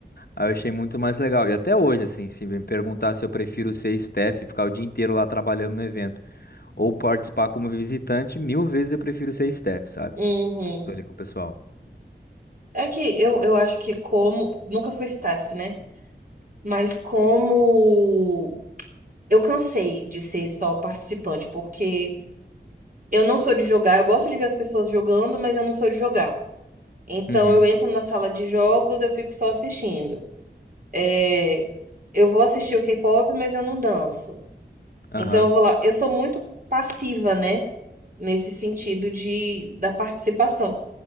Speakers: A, on the left; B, on the right.
A: eu achei muito mais legal. E até hoje, assim, se me perguntar se eu prefiro ser staff, e ficar o dia inteiro lá trabalhando no evento, ou participar como visitante, mil vezes eu prefiro ser staff, sabe?
B: uhum.
A: Junto ali com o pessoal.
B: É que eu, eu acho que como. Nunca fui staff, né? Mas como eu cansei de ser só participante, porque eu não sou de jogar. Eu gosto de ver as pessoas jogando, mas eu não sou de jogar. Então
A: Uhum.
B: eu entro na sala de jogos, eu fico só assistindo. É, eu vou assistir o K-pop, mas eu não danço.
A: Aham.
B: Então eu vou lá, eu sou muito passiva, né? Nesse sentido de da participação.